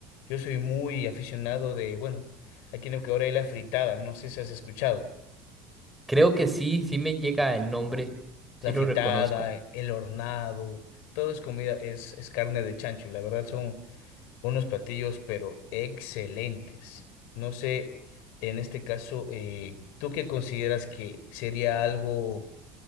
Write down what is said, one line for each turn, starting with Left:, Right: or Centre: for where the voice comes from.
Left: yo soy muy aficionado de, bueno, aquí en Ecuador hay la fritada, no sé si has escuchado.
Centre: Creo que sí, sí me llega el nombre.
Left: La
Centre: Sí lo
Left: fritada,
Centre: reconozco.
Left: el hornado, todo es comida, es, es carne de chancho y la verdad son unos platillos pero excelentes. No sé, en este caso, eh, ¿tú qué consideras que sería algo,